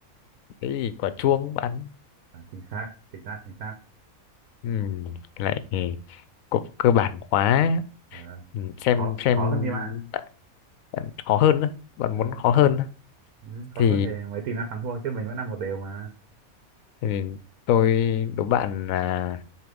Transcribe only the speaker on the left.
cái gì quả chuông bạn
ừ, cái này thì cũng cơ bản quá
ừ, xem
xem
bạn bạn khó hơn á, bạn
muốn khó hơn á,
thì
thì tôi đố bạn là